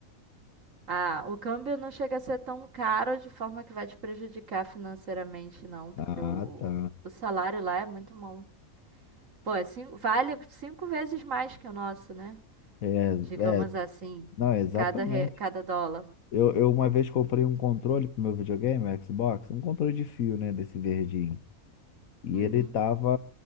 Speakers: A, on the right; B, on the left.
A: Ah, o câmbio não chega a ser tão caro de forma que vai te prejudicar financeiramente, não, porque
B: Ah,
A: o,
B: tá.
A: o salário lá é muito bom. Pô, é cinco- vale cinco vezes mais que o nosso, né?
B: É,
A: Digamos
B: é,
A: assim,
B: não, exatamente.
A: cada, re- cada dólar.
B: Eu, eu uma vez comprei um controle pro meu videogame, o Xbox, um controle de fio, né, desse verdinho. E
A: Uhum,
B: ele tava